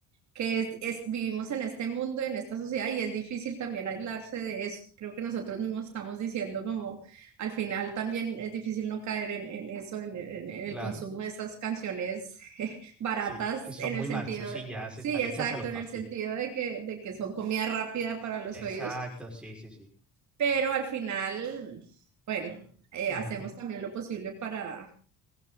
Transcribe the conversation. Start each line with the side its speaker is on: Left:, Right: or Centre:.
Right: que es, es- vivimos en este mundo, en esta sociedad, y es difícil también aislarse de eso. Creo que nosotros mismos estamos diciendo como al final también es difícil no caer en, en eso, en, en- en
Centre: claro.
Right: el consumo de esas canciones <laughs> baratas,
Centre: Sí, es que son
Right: en
Centre: muy
Right: el
Centre: marchosillas,
Right: sentido, sí,
Centre: están
Right: exacto,
Centre: hechas a lo fácil.
Right: en el sentido de que, de que son comida rápida para los
Centre: Exacto,
Right: oídos,
Centre: sí, sí, sí.
Right: pero al final, bueno, eh,
Centre: Ujú,
Right: hacemos también lo posible para...